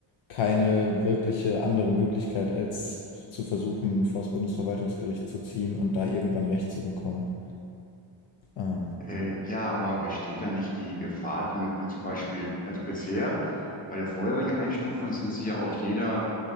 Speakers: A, on the left; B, on the left.
A: keine wirkliche andere Möglichkeit, als zu versuchen, vor das Bundesverwaltungsgericht zu ziehen und da irgendwann Recht zu bekommen. Ähm,
B: Äh, ja, aber besteht da nicht die Gefahr, wenn wenn zum Beispiel, also bisher bei der vorherigen Einstufung sind sie ja auf jeder